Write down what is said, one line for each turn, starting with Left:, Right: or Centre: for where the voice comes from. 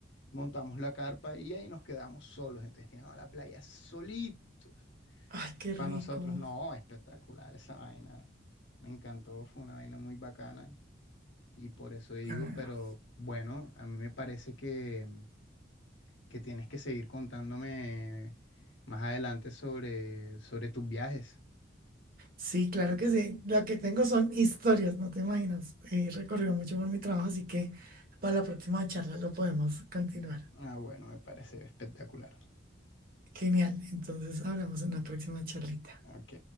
Left: Montamos la carpa y ahí nos quedamos solos. Entonces teníamos la playa solitos.
Right: Ay, qué rico.
Left: Para nosotros, no, espectacular esa vaina. Me encantó, fue una vaina muy bacana y por eso digo,
Right: Ah,
Left: pero bueno, a mí me parece que, que tienes que seguir contándome más adelante sobre, sobre tus viajes.
Right: sí, claro que sí. Lo que tengo son historias, no te imaginas. He recorrido mucho por mi trabajo, así que para la próxima charla lo podemos continuar.
Left: Ah, bueno, me parece espectacular.
Right: Genial, entonces hablamos en la próxima charlita.
Left: Ok.